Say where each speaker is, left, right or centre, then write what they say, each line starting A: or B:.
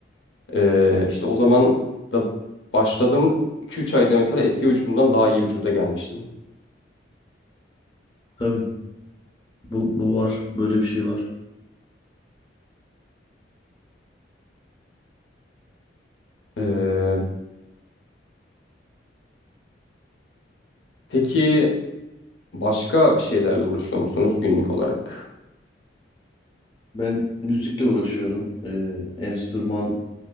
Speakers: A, on the left; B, on the left.
A: Ee, işte o zaman da başladım. 2-3 ayda mesela eski vücudumdan daha iyi vücuda gelmiştim.
B: Tabii bu, bu var böyle bir şey var.
A: Ee, peki başka bir şeylerle uğraşıyor musunuz günlük olarak?
B: Ben müzikle uğraşıyorum. Ee, enstrüman